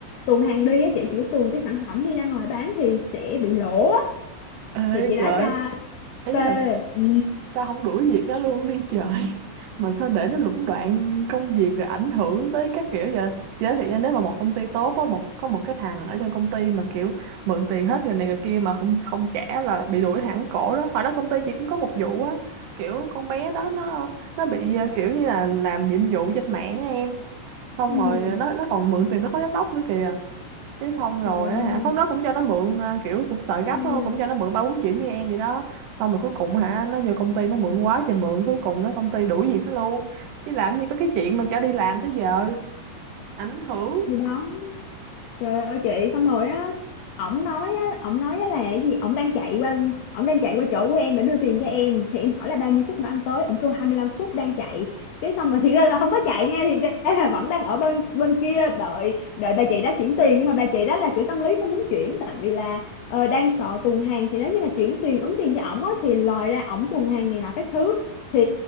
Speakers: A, on the left (about 75°); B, on the right (about 75°).
A: tuồn hàng đi á chị chỉ tuồn cái sản phẩm đi ra ngoài bán thì sẽ bị lỗ á
B: ê
A: thì chị đã
B: trời
A: cho
B: ý
A: tê
B: là
A: ừ
B: sao không đuổi việc đó luôn đi trời <laughs> mà sao để nó lũng đoạn công việc rồi ảnh hưởng tới các kiểu vậy chị nói thiệt nha nếu mà một công ty tốt á một có một cái thằng ở trong công ty mà kiểu mượn tiền hết người này người kia mà không không trả là bị đuổi thẳng cổ đó hồi đó công ty chị cũng có một vụ á kiểu con bé đó nó nó bị ờ, kiểu như là làm nhiệm vụ trên mạng á em xong
A: ừ
B: rồi nó nó còn mượn tiền tới phó giám đốc nữa kìa cái xong rồi
A: trời ơi
B: á hả phóng đó cũng cho nó mượn à, kiểu cũng sợ gấp
A: ừ
B: á cũng cho nó mượn ba bốn triệu như em vậy đó xong rồi cuối cùng hả nó vô công ty nó mượn quá trời mượn cuối cùng nó công ty đuổi việc nó luôn chứ làm gì có cái chuyện mà cho đi làm tới giờ ảnh hưởng
A: thì đó Trời ơi chị xong rồi á ổng nói á ổng nói á là cái gì ổng đang chạy qua ổng đang chạy qua chỗ của em để đưa tiền cho em thì em hỏi là bao nhiêu phút nữa anh tới ổng kêu 25 phút đang chạy cái xong rồi thiệt ra là không có chạy nha thì ra là vẫn đang ở bên bên kia đợi đợi bà chị đã chuyển tiền nhưng mà bà chị đó là kiểu tâm lý không muốn chuyển tại vì là ờ, đang sợ tuồn hàng thì nếu như mà chuyển tiền ứng tiền cho ổng á thì lòi ra ổng tuồn hàng này nọ các thứ thì